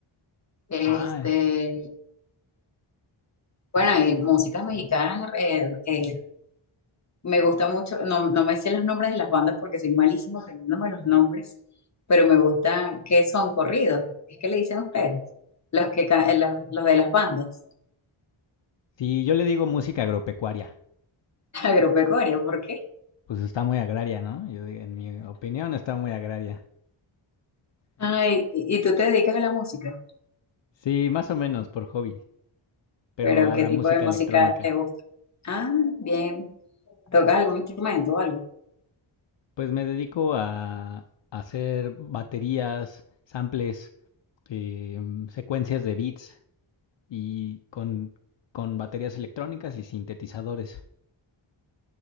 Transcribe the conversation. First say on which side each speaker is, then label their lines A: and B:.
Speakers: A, on the left; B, on the left.
A: Este,
B: Ah,
A: bueno, y músicas mexicanas, eh, eh, me gusta mucho, no, no me sé los nombres de las bandas porque soy malísimo aprendiéndome los nombres, pero me gustan, que son corridos? Es que le dicen ustedes, los que, ca- los, los de las bandas.
B: sí, yo le digo música agropecuaria.
A: <laughs> Agropecuario, porque
B: Pues está muy agraria, ¿no? Yo, di- en mi opinión está muy agraria.
A: Ay, y y tú te dedicas a la música,
B: Sí, más o menos por hobby, pero
A: pero
B: a
A: ¿qué
B: la
A: tipo
B: música
A: de música
B: electrónica.
A: te gusta? Ah, bien. ¿Tocas algún instrumento o algo?
B: Pues me dedico a hacer baterías, samples, em, secuencias de beats y con, con baterías electrónicas y sintetizadores.